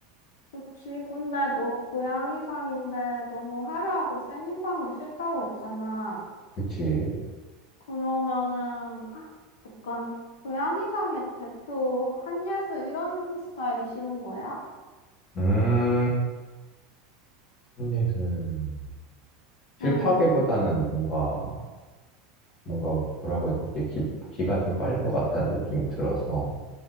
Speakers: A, on the left; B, on the left.
A: 그치. 근데 너 고양이상인데 너무 화려하고 센 인상은 싫다고 했잖아.
B: 그치?
A: 그러면은 아, 약간 고양이상의 대표 한예슬 이런 스타일이 싫은 거야?
B: 음, 한예슬. 싫다기보다는
A: 응
B: 뭔가 뭔가 뭐라고 해야 되지? 기, 기가 좀 빨릴 것 같다는 느낌이 들어서